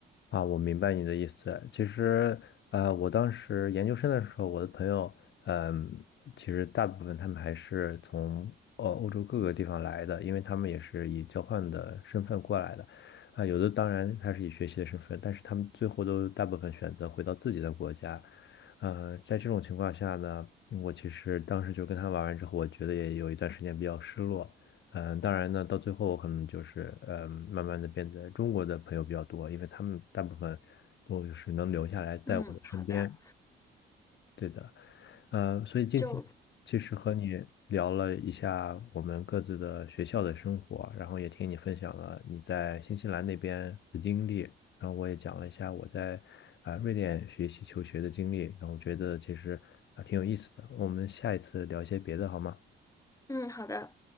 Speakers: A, on the left; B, on the left.
A: 啊，我明白你的意思。其实，呃，我当时研究生的时候，我的朋友，嗯，其实大部分他们还是从呃欧洲各个地方来的，因为他们也是以交换的身份过来的。啊、有的当然他是以学习的身份，但是他们最后都大部分选择回到自己的国家。呃，在这种情况下呢，嗯我其实当时就跟他玩完之后，我觉得也有一段时间比较失落。嗯、当然呢，到最后我可能就是呃，慢慢的变得中国的朋友比较多，因为他们大部分都就是能留下来在我的身边。
B: 嗯，好的，
A: 对。呃，所以今天其实和你聊了一下我们各自的学校的生活，
B: 就
A: 然后也听你分享了你在新西兰那边的经历，然后我也讲了一下我在啊、瑞典学习求学的经历，然后觉得其实啊、挺有意思的。我们下一次聊一些别的好吗？
B: 嗯好的。